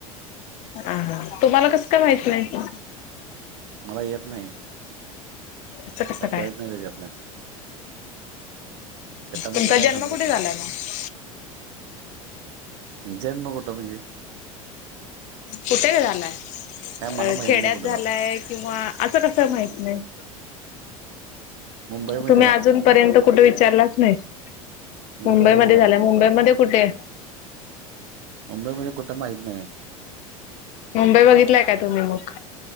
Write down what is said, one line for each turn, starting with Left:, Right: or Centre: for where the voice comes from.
Left: आं तुम्हांला कसं कायं माहिती नाहीं
Right: मलां येतं नाहीं
Left: असं कसं
Right: कायं
Left: काय?
Right: कळतं नाहीं त्यांच्यातलं शेतामधलं
Left: तुमचा
Right: कांहीं
Left: जन्म
Right: समजतं
Left: कुठे
Right: नाहीं
Left: झालाय मग
Right: जन्म कुठं म्हणजे
Left: कुठे झालायं
Right: काय मला माहित
Left: खेड्यांत
Right: नाही कुठं
Left: झालायं
Right: झालाय
Left: किंवा असं कसं माहीत नाहीं
Right: मुंबईमध्ये
Left: तुम्हीं
Right: झालाय
Left: अजूंन पर्यंत कुंठे विचारलांच नाहीं
Right: मुंबईमध्ये
Left: मुंबईमध्यें
Right: झालाय
Left: झांला
Right: मुंबई
Left: मुंबईमध्यें कुंठे
Right: मुंबई मध्यें कुठं माहीत नाहीं
Left: मुंबई बघितलंय कायं तुम्हीं मंग